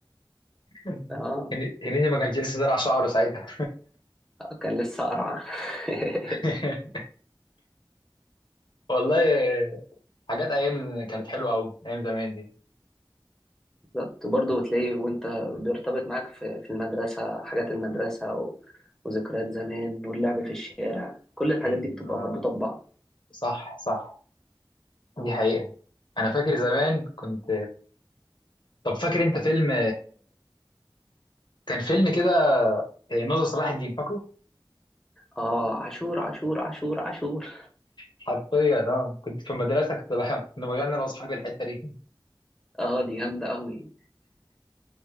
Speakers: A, on the left; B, in the centre.
A: هن-
B: اه
A: هنيدي ما كانش لسه زرع شعره ساعتها
B: كان لسه قرعه <laughs>
A: <laughs> والله حاجات ايام كانت حلوه قوي ايام زمان دي
B: بالظبط وبرضه تلاقيه وانت بيرتبط معاك في في المدرسة حاجات المدرسة و... وذكريات زمان واللعب في الشارع كل الحاجات
A: ايوه
B: دي بتبقى مربوطة ببعض
A: صح صح دي حقيقه انا فاكر زمان كنت طب فاكر انت فيلم كان فيلم كده ناظر صلاح الدين فاكره
B: اه عاشور عاشور عاشور عاشور
A: حرفيا اه كنت في المدرسه كنت بحب كنا بغني انا واصحابي الحته دي <laughs>
B: اه دي جامدة قوي